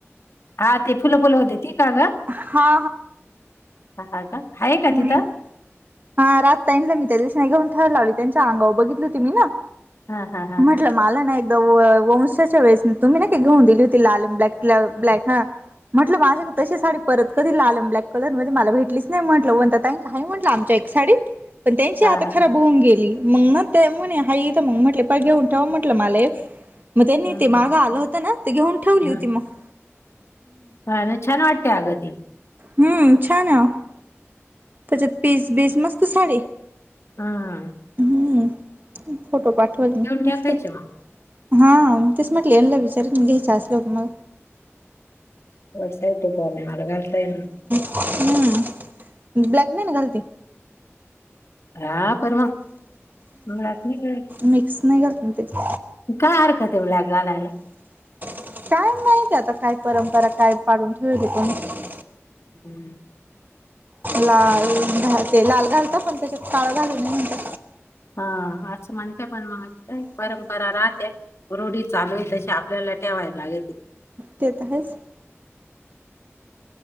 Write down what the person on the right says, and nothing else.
हा
<inaudible>
ह
हा रातता इंलं मित कृष्न ठर लावली त्यांच्या अंगावर बघितलं त मी ना
म्हटलं मला ना <inaudible> वंशाच्या वेस तुम्ही ना काकी घेऊन दिली हो <inaudible> लालम ब्लॅक तिला ब्लॅक हा म्हटलं माझ <inaudible> तशी साडी परत कधी लालम ब्लक कलर मध्ये मला भेटलीच नाही म्हटलं वण काय म्हटलं आमच्या एक साडी <inaudible> पण त्यांची
आता
खराब होऊन गेली मग ना ते म्हणे हाथं मग म्हटले प घेऊन ठेवा म्हंटलं मले <inaudible> मग त्यांनी
ते मागं आलं होत ना ते घेऊन ठेवली
होती मग <inaudible>
<inaudible> हम्म छ ना <inaudible> त्याच्यात पीस बीस मस्त साडी
<inaudible> हम्म फोटो पाठवाल ना
नुसते
हा तेच म्हटले विचारत म घ्या ह्याच असलंव मग.
हम् ब्लॅक नाही ना गलती.
मिक्स नाही घालत ना त्याची
काय माहिती आता काय परंपरा काय पाडून ठेवल तची <inaudible>
लाल घालते लाल घालता पण त्याच्यात काळा घालत नाही ना.
ते त हायच.